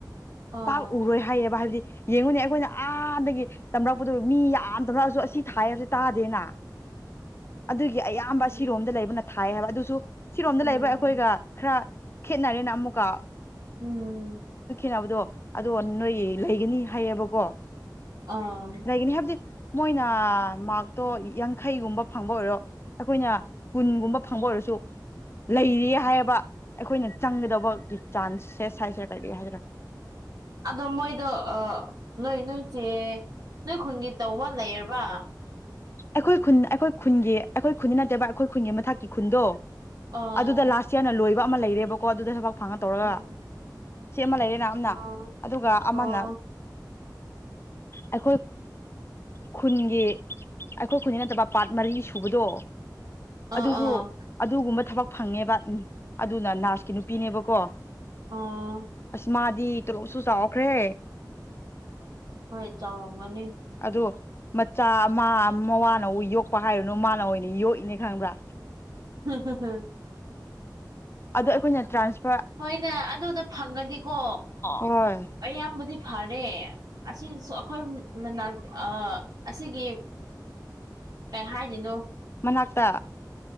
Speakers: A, on the right; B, on the left.
A: ꯑꯥ
B: ꯄꯥꯛ ꯎꯔꯣꯏ ꯍꯥꯏꯌꯦꯕ ꯍꯥꯏꯕꯗꯤ ꯌꯦꯡꯉꯨꯅꯦ ꯑꯩꯈꯣꯏꯅ ꯑꯥꯗꯒꯤ ꯇꯝꯂꯛꯄꯗꯣ ꯃꯤ ꯌꯥꯝ ꯇꯝꯂꯛꯑꯁꯨ ꯑꯁꯤ ꯊꯥꯏ ꯍꯥꯏꯕꯁꯦ ꯇꯥꯗꯦꯅ ꯑꯗꯨ ꯒꯤ ꯑꯌꯥꯝꯕ
A: ꯎꯝ
B: ꯁꯤꯔꯣꯝꯗ ꯂꯩꯕꯅ ꯊꯥꯏ ꯍꯥꯏꯕ ꯑꯗꯨꯁꯨ ꯁꯤꯔꯣꯝꯗ
A: ꯎꯝ
B: ꯂꯩꯕ ꯑꯩꯈꯣꯏꯒ ꯈꯔ ꯈꯦꯠꯅꯔꯦꯅꯃ ꯀꯥ
A: ꯎꯝ
B: ꯅꯕꯗꯣ ꯑꯗꯣ ꯅꯣꯏ ꯂꯩꯒꯅꯤ ꯍꯥꯏꯌꯦꯕꯀꯣ
A: ꯑꯥ
B: ꯂꯩꯒꯅꯤ ꯍꯥꯏꯕꯗꯤ ꯃꯣꯏꯅ ꯃꯥꯔꯛꯇꯣ ꯌꯥꯡꯈꯩꯒꯨꯝꯕ ꯐꯪꯕ ꯑꯣꯏꯔꯣ ꯑꯩꯈꯣꯏꯅ ꯀꯨꯟꯒꯨꯝꯕ ꯐꯪꯕ ꯑꯣꯏꯔꯁꯨ ꯂꯩꯔꯤ ꯍꯥꯏꯕ ꯑꯩꯈꯣꯏꯅ ꯆꯪꯒꯗꯕꯒꯤ ꯆꯥꯟꯁꯦꯁ ꯍꯥꯏꯁꯤꯔꯥ ꯀꯩꯗ ꯍꯥꯏꯁꯤꯔ
A: ꯑꯗꯣ ꯃꯣꯏꯗꯣ ꯅꯣꯏ ꯅꯣꯏꯁꯦ ꯅꯣꯏ ꯈꯨꯟꯒꯤ ꯇꯧꯕ ꯂꯩꯔꯕ
B: ꯑꯩꯈꯣꯏ ꯈꯨꯟ ꯑꯩꯈꯣꯏ ꯈꯨꯟꯒꯤ ꯑꯩꯈꯣꯏ ꯈꯨꯟꯗꯤ ꯅꯠꯇꯦꯕ ꯑꯩꯈꯣꯏ ꯈꯨꯟꯒꯤ ꯃꯊꯛꯀꯤ ꯈꯨꯟꯗꯣ
A: ꯑꯥ
B: ꯑꯗꯨꯗ ꯂꯥꯁ ꯏꯌꯥꯔꯅ ꯂꯣꯏꯕ ꯑꯃ ꯂꯩꯔꯦꯕꯀꯣ ꯑꯗꯨꯗ ꯊꯕꯛ ꯐꯪꯉ ꯇꯧꯔꯒ
A: ꯎꯝ
B: ꯁꯤ ꯑꯃ ꯂꯩꯔꯦꯅ ꯑꯅ
A: ꯑꯣ
B: ꯑꯗꯨꯒ ꯑꯃꯅ
A: ꯑꯣ
B: ꯑꯩꯈꯣꯏ ꯈꯨꯟꯒꯤ ꯑꯩꯈꯣꯏ ꯈꯨꯟꯒꯤ ꯅꯠꯇꯕ ꯄꯥꯠ ꯃꯔꯤ ꯁꯨꯕꯗꯣ
A: ꯑꯥ
B: ꯑꯗꯨꯁꯨ
A: ꯑꯥ
B: ꯑꯗꯨꯒꯨꯝꯕ ꯊꯕꯛ ꯐꯪꯉꯦꯕ ꯑꯗꯨꯅ ꯅꯅꯥꯔꯁꯀꯤ ꯅꯨꯄꯤꯅꯦꯕꯀꯣ
A: ꯑꯥ
B: ꯑꯁꯃꯥꯗꯤ ꯇꯂꯣꯛꯁꯨ ꯆꯥꯎꯈ꯭ꯔꯦ
A: ꯍꯣꯏ ꯆꯥꯎꯔꯝꯒꯅꯤ
B: ꯑꯗꯣ ꯃꯆꯥ ꯑꯃ ꯃꯋꯥꯅꯕꯨ ꯌꯣꯛꯄ ꯍꯥꯏꯔꯨꯅꯨ ꯃꯥꯅ ꯑꯣꯏꯅ ꯌꯣꯛꯏꯅꯦ ꯈꯪꯕ꯭ꯔꯥ
A: ꯍꯝꯝ
B: ꯑꯗꯣ ꯑꯩꯈꯣꯏꯅ ꯇ꯭ꯔꯥꯟꯁ
A: ꯍꯣꯏꯅ ꯑꯗꯨꯗ ꯐꯪꯉꯅꯤꯀꯣ
B: ꯍꯣꯏ
A: ꯑꯌꯥꯝꯕꯗꯤ ꯐꯔꯦ ꯑꯁꯤꯁꯨ ꯑꯩꯈꯣꯏ ꯑ ꯑꯁꯤꯒꯤ ꯀꯩ ꯍꯥꯏꯗꯣꯏꯅꯣ
B: ꯃꯅꯥꯛꯇ